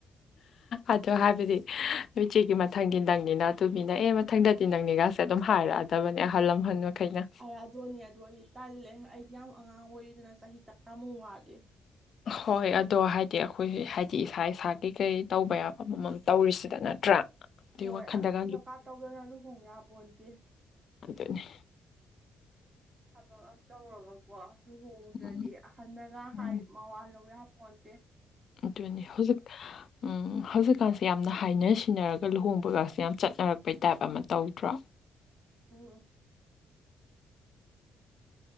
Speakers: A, on the left (about 60°); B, on the right (about 30°).
A: ꯑꯗꯣ ꯍꯥꯏꯕꯗꯤ ꯅꯣꯏꯆꯦꯒꯤ ꯃꯊꯪꯗꯤ ꯅꯪꯅꯤꯅ ꯇꯨꯃꯤꯅ ꯑꯦ ꯃꯊꯪꯗꯗꯤ ꯅꯪꯅꯤꯒꯥꯁꯦ ꯑꯗꯨꯝ ꯍꯥꯏꯔꯛꯑꯗꯕꯅꯦ ꯑꯍꯜ ꯂꯃꯍꯟ ꯃꯈꯩꯅ
B: ꯑꯗꯨꯅꯦ ꯑꯗꯣ ꯑꯩꯗꯤ ꯇꯜꯂꯦ ꯑꯩꯗꯤ ꯌꯥꯝ ꯑꯉꯥꯡ ꯑꯣꯏꯔꯤꯗꯅ ꯆꯍꯤ ꯇꯔꯥꯃꯨꯛ ꯋꯥꯠꯂꯤ
A: ꯍꯣꯏ ꯑꯗꯣ ꯍꯥꯏꯗꯤ ꯑꯩꯈꯣꯏꯁ ꯍꯥꯏꯗꯤ ꯏꯁꯥ ꯏꯁꯥ ꯀꯩꯀꯩ ꯇꯧꯕ ꯌꯥꯕ ꯑꯃꯃꯝ ꯇꯧꯔꯤꯁꯤꯗ ꯅꯠꯇ꯭ꯔꯥ ꯑꯗꯨꯏ
B: ꯍꯣꯏ
A: ꯋꯥꯈꯜꯗꯒ
B: ꯑꯁ ꯊꯕꯛ ꯀꯥ ꯇꯧꯗꯅ ꯂꯨꯍꯣꯡ ꯌꯥ ꯄꯣꯟꯗꯦ
A: ꯑꯗꯨꯅꯦ
B: ꯊꯕꯛ ꯑꯝ ꯇꯧꯔꯒ ꯀꯣ ꯂꯨꯍꯣꯡꯗ꯭ꯔꯗꯤ
A: ꯎꯝ
B: ꯑꯍꯟꯅꯒ ꯍꯥꯏ
A: ꯎꯝ
B: ꯃꯋꯥ ꯂꯧꯌꯥꯄꯣꯟꯇꯦ
A: ꯑꯗꯨꯅꯤ ꯍꯧꯖꯤꯛ
B: <unintelligible>
A: ꯎꯝ ꯍꯧꯖꯤꯛꯀꯥꯟꯁꯦ ꯌꯥꯝꯅ ꯍꯥꯏꯅ ꯁꯤꯟꯅꯔꯒ ꯂꯨꯍꯣꯡꯕꯒꯁꯦ ꯌꯥꯝꯅ ꯆꯠꯅꯔꯛꯄꯩ ꯇꯥꯏꯞ ꯑꯃ ꯇꯧꯗ꯭ꯔꯣ
B: <unintelligible>